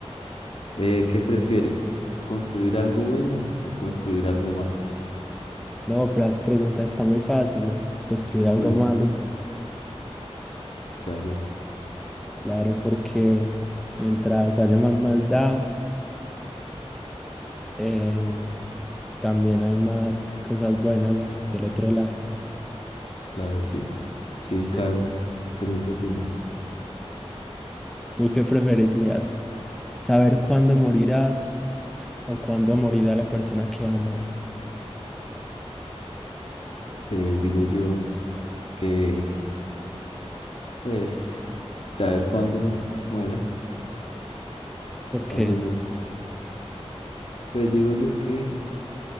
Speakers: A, on the left; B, in the centre.
A: Eh, ¿qué prefiere? ¿Construir algo bueno o construir algo malo?
B: No, pero las preguntas están muy fáciles. Construir
A: <laughs>
B: algo
A: Sí.
B: malo,
A: Claro,
B: claro, porque mientras haya más maldad, eh, también hay más cosas buenas del otro lado.
A: claro, sí. Sí,
B: Sí.
A: claro. Excelente opinión.
B: ¿Tú qué preferirías? ¿Saber cuándo morirás? o cuándo morirá la persona que amas,
A: Eh, digo yo que, pues, saber cuándo mu- muera,
B: porque
A: cuándo yo. Pues digo yo que,